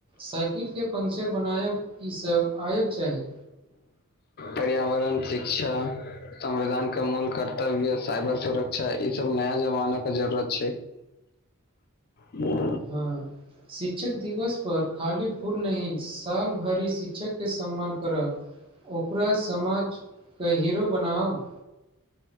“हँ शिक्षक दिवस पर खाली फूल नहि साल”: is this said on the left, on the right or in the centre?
Right